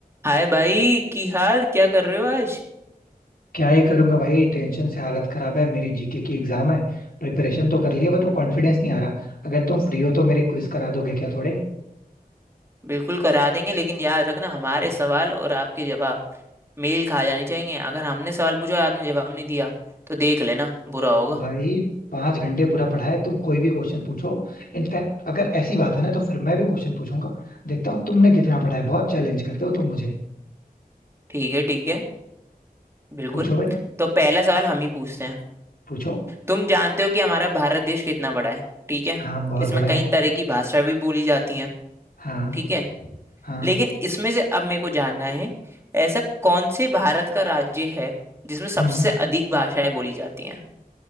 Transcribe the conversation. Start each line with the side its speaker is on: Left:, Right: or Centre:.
Right: हाय भाई की हाल क्या कर रहे हो आज
Left: क्या ही करूंगा भाई टेंशन से हालत खराब है मेरी जीके की एग्जाम है प्रिपरेशन तो कर लिया बट वो कॉन्फिडेंस नहीं आ रहा अगर तुम फ्री हो तो मेरे क्विज करा दोगे क्या थोड़े
Right: बिल्कुल करा देंगे लेकिन याद रखना हमारे सवाल और आपके जवाब मेल खा जाने चाहिए अगर हमने सवाल पूछा और आपने जवाब नहीं दिया तो देख लेना बुरा होगा
Left: भाई पांच घंटे पूरा पढ़ा है तुम कोई भी क्वेश्चन पूछो इनफैक्ट अगर ऐसी बात है ना तो फिर मैं भी क्वेश्चन पूछूंगा देखता हूँ तुमने कितना पढ़ा है बहुत चैलेंज करते हो तुम मुझे
Right: ठीक है ठीक है बिल्कुल
Left: पूछो भाई
Right: तो पहला सवाल हम ही पूछते हैं
Left: पूछो
Right: तुम जानते हो कि हमारा भारत देश कितना बड़ा है ठीक है
Left: हाँ बहुत
Right: इसमें
Left: बड़ा है
Right: कई तरह की भाषा भी बोली जाती है
Left: हाँ
Right: ठीक है
Left: हाँ
Right: लेकिन इसमें से अब मेरे को जानना है ऐसा कौन से भारत का राज्य है जिसमें सबसे
Left: हम्म
Right: अधिक भाषाएं बोली जाती हैं